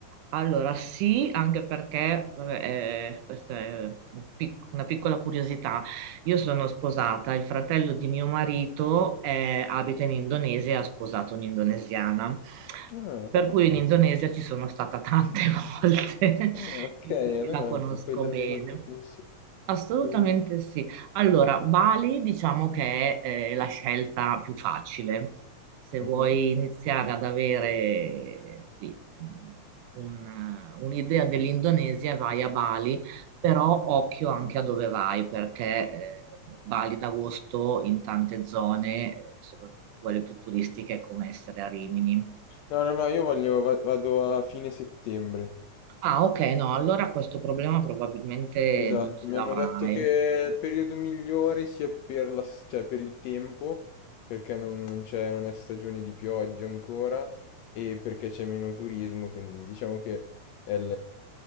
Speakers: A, on the right (about 80°); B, on the left (about 80°).
A: Allora, sì, anche perché, vabbè, eh, questa è un pic- una piccola curiosità, io sono sposata, il fratello di mio marito eh, abita in Indonesia e ha sposato un'indonesiana,
B: Ah,
A: per
B: tu
A: cui
B: pensi.
A: in Indonesia ci sono stata tante <laughs> volte
B: Ah, ok,
A: e quindi
B: allora
A: la conosco
B: pu- puoi darmi
A: bene.
B: qualche consiglio.
A: Assolutamente
B: Cosa mi...
A: sì. Allora, Bali diciamo che è eh, la scelta più facile. Se
B: Mhm.
A: vuoi iniziare ad avere sì, mh, un- un'idea dell'Indonesia, vai a Bali, però occhio anche a dove vai, perché eh, Bali d'agosto in tante zone, eh, soprattutto quelle più turistiche, è come essere a Rimini.
B: No, no, no, io voglio, va- vado a fine settembre.
A: Ah, ok, no, allora questo problema probabilmente
B: Esatto,
A: non ce
B: mi
A: l'avrai.
B: hanno detto che il periodo migliore sia per la s- cioè, per il tempo, perché non, non c'è, non è stagione di pioggia ancora e perché c'è meno turismo, quindi diciamo che è il,